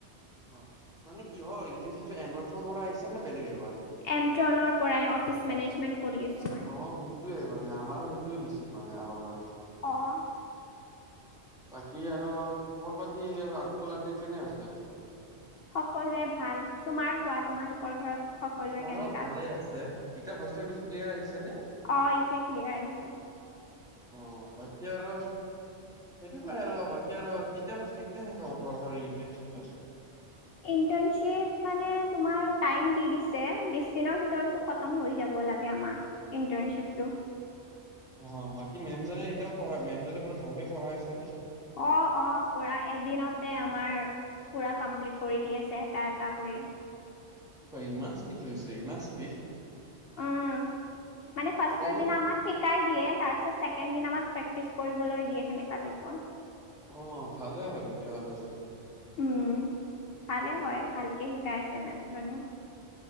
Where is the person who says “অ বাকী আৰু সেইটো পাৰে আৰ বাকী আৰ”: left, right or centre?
Centre